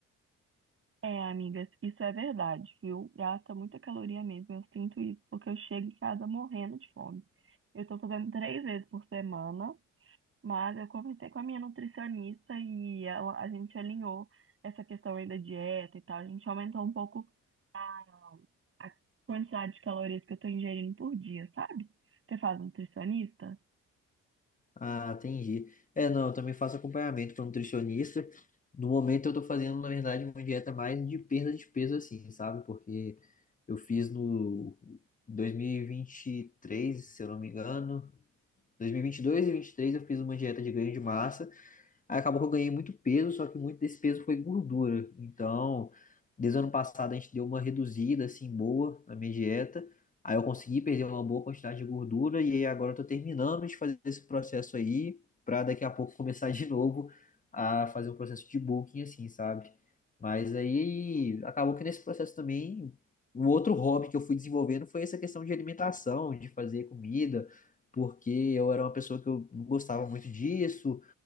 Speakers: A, on the right (about 45°); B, on the left (about 25°).
A: É, amigas, isso é verdade, viu? Gasta muita caloria mesmo, eu sinto isso, porque eu chego em casa morrendo de fome. Eu tô fazendo três vezes por semana Mas eu conversei com a minha nutricionista e ela, a gente alinhou essa questão aí da dieta e tal. A gente aumentou um pouco a, a quantidade de calorias que eu tô ingerindo por dia, sabe? Você faz nutricionista?
B: Ah, entendi. É, não, eu também faço acompanhamento com nutricionista. No momento eu tô fazendo, na verdade, uma dieta mais de perda de peso, assim, sabe? Porque eu fiz no 2023, se eu não me engano, 2022 e 2023 eu fiz uma dieta de ganho de massa. Aí acabou que eu ganhei muito peso, só que muito desse peso foi gordura. Então, desde o ano passado a gente deu uma reduzida assim boa na minha dieta. Aí eu consegui perder uma boa quantidade de gordura e aí agora eu tô terminando de fazer esse processo aí pra daqui a pouco começar <laughs> de novo a fazer um processo de bulking assim, sabe? Mas aí acabou que nesse processo também o outro hobby que eu fui desenvolvendo foi essa questão de alimentação, de fazer comida, porque eu era uma pessoa que eu não gostava muito disso.